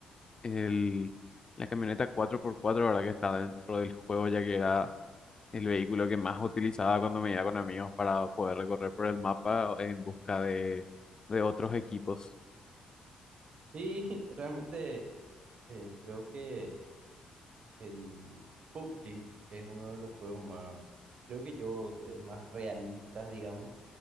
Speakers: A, on the left (about 30°); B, on the right (about 60°).
A: el, la camioneta cuatro por cuatro ahora que está dentro del juego, ya que era el vehículo que más utilizaba cuando me iba con amigos para poder recorrer por el mapa en busca de, de otros equipos.
B: Sí, <laughs> realmente. Eh, creo que el PUBG es uno de los juegos más, creo que yo, eh, más realistas, digamos,